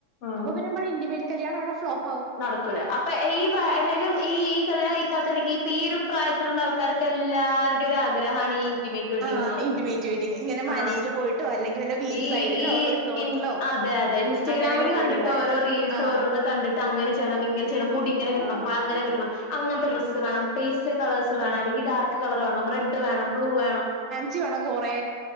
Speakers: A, on the left (about 45°); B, on the right (about 30°).
A: ആഹ്
B: അപ്പൊ പിന്നമ്മള് ഇൻിമേറ്റ് കല്യാണവ്ടെ ഫ്ലോപ്പാ
A: നടക്കൂല അപ്പൊ ഈ പ്രായ അല്ലേലും ഈ ഈ കല്യാണം കഴിക്കാത്തല്ലെങ്കി ഇപ്പ ഈ ഒരു പ്രായത്തിലുള്ള ആൾക്കാര്ക്കെല്ലാരുടീം ഒരു ആഗ്രഹാണ് ഈ ഇന്റിമേറ്റ് വെഡ്ഡിങ്
B: ആ
A: എന്ന്ള്ളത്
B: ഇന്റിമേറ്റ് വെഡിങ്. ഇങ്ങനെ
A: ആ
B: മനയില് പോയിട്ടോ അല്ലെങ്കിൽ വല്ല ബീച്ച്
A: ഈ
B: സൈഡിലോ
A: ഈ
B: റിസോർട്ടിലോ
A: ഇൻ അതെ അതെ ഇൻസ്റ്റാഗ്രാമില്
B: അങ്ങനെയൊക്കെ പോയിട്ടുള്ള
A: കണ്ടിട്ടോരോ റീൽസ്
B: ആ.
A: ഓരോന്ന് കണ്ടിട്ട് <unintelligible> അങ്ങനെ ചെയ്യണം ഇങ്ങനെ ചെയ്യണം മുടി ഇങ്ങനെ
B: ആ.
A: കെട്ടണം
B: ആ.
A: വ അങ്ങനെ കെട്ടണം അങ്ങൻത്തെ ഡ്രസ്സ് വേണം പേസ് കളേ്സ്
B: ആ.
A: വേണം അല്ലെങ്കി ഡാർക്ക് കളറ് വേണം റെഡ് വേണം ബ്ലൂ വേണം
B: <unintelligible> ച വേണം കൊറെേ